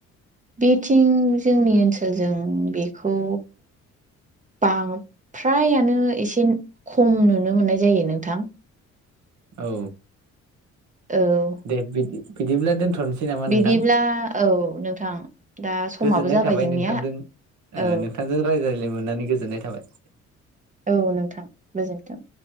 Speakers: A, on the right (about 25°); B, on the right (about 70°).
A: बेथिं जोंनि ओनसोलजों बेखौ बां फ्रायानो एसे खम नुनो मोननाय जायो नोंथां।
B: औ
A: औ
B: दे बिदि बिदिब्ला दोनथ'नोसै नामा
A: बिदिब्ला
B: नोंथां?
A: औ नोंथां दा समाबो
B: गोजोननाय
A: जाबाय
B: थाबाय
A: जोंनिया
B: नोंथांजों
A: औ
B: नोंथांजों रायज्लायनो मोननानै गोजोननाय थाबाय।
A: औ नोंथां गोजोनथों।